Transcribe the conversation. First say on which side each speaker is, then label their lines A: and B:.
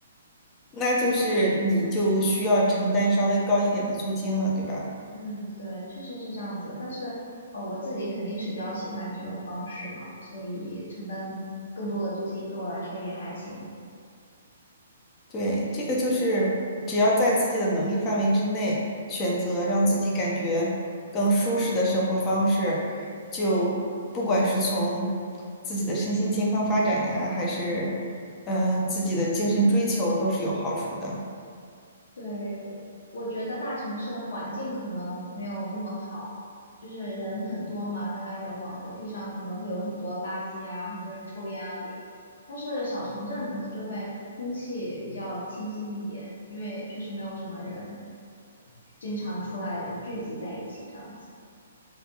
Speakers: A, on the left; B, on the left.
A: 那就是你就需要承担稍微高一点的租金了，对吧？
B: 嗯，对，确实是这样子。但是，呃，我自己肯定是比较喜欢这种方式嘛，所以承担更多的租金对我来说也还行。
A: 对，这个就是只要在自己的能力范围之内，选择让自己感觉更舒适的生活方式，就不管是从自己的身心健康发展呀，还是嗯、呃自己的精神追求，都是有好处的。
B: 对，我我觉得大城市的环境可能没有那么好，就是人很多嘛，人来人往的，地上可能会有很多垃圾啊，很多人抽烟啊这种。但是小城镇可能就会空气比较清新一点，因为确实没有什么人经常出来聚集在一起这样子。